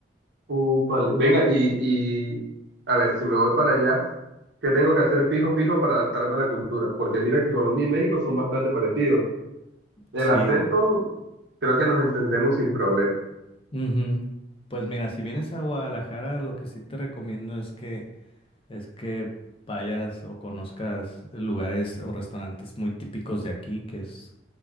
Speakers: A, on the right; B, on the left.
A: Úpale. Venga, y, y a ver, si me voy para allá, ¿qué tengo que hacer fijo, fijo para adaptarme a la cultura? Porque mira que Colombia y México son bastante parecidos. El
B: Sí.
A: acento, creo que nos entendemos sin problema.
B: Ujú. Pues mira, si vienes a Guadalajara, lo que sí te recomiendo es que es que vayas o conozcas lugares o restaurantes muy típicos de aquí, que es,